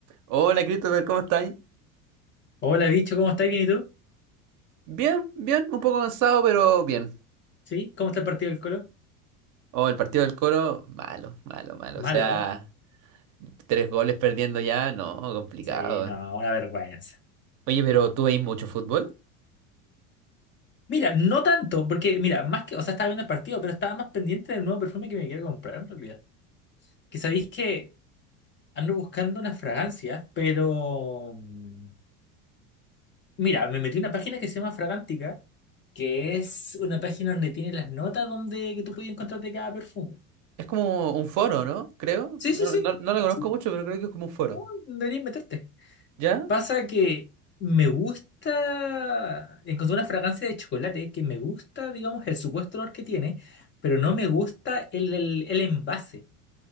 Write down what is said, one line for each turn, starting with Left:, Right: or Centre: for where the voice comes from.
Right: Hola Christopher, ¿cómo estáis?
Left: Hola, bicho, ¿cómo estás? ¿Bien y tú?
Right: Bien, bien, un poco cansado, pero bien.
Left: ¿Sí? ¿Cómo está el partido del Colo?
Right: Oh, el partido del Colo, malo, malo, malo.
Left: Malo.
Right: O sea, tres goles perdiendo ya, no, complicado.
Left: Sí, no, una vergüenza.
Right: Oye, pero ¿tú veis mucho fútbol?
Left: Mira, no tanto, porque mira, más que, o sea, estaba viendo el partido, pero estaba más pendiente del nuevo perfume que me quiero comprar en realidad. Que sabéis que ando buscando unas fragancias, pero mm, mira, me metí en una página que se llama Fragántica, que es una página donde tiene las notas donde que tú puedes encontrarte cada perfume.
Right: Es como un foro, ¿no? Creo.
Left: Sí,
Right: No,
Left: sí, sí.
Right: no, no lo conozco
Left: Sí.
Right: mucho, pero creo que es como un foro.
Left: Oh, deberías meterte.
Right: ¿Ya?
Left: Pasa que me gusta, encontré una fragancia de chocolate que me gusta, digamos, el supuesto olor que tiene, pero no me gusta el, el, el envase.